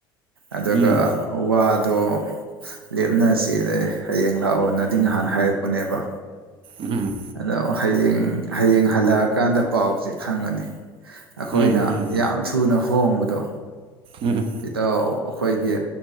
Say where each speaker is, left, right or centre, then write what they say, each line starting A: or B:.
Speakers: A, on the right (about 85°); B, on the right (about 45°).
A: ꯑꯗꯨꯒ
B: ꯎꯝ
A: ꯋꯥꯗꯣ ꯂꯦꯞꯅꯁꯤ ꯍꯌꯦꯡ ꯂꯥꯛꯑꯣꯅꯗꯤ ꯉꯍꯥꯟ ꯍꯥꯏꯔꯛꯄꯅꯦꯕ
B: ꯎꯝ
A: ꯑꯗꯣ ꯍꯌꯦꯡ ꯍꯌꯦꯡ ꯍꯜꯂꯛꯑꯀꯥꯟꯗ ꯄꯥꯎꯁꯦ ꯈꯪꯉꯅꯤ ꯑꯩꯈꯣꯏꯅ
B: ꯎꯝ ꯎꯝ
A: ꯌꯥꯝ ꯊꯨꯅ ꯍꯣꯡꯕꯗꯣ
B: ꯎꯝ
A: ꯏꯗꯣ ꯑꯩꯈꯣꯏꯒꯤ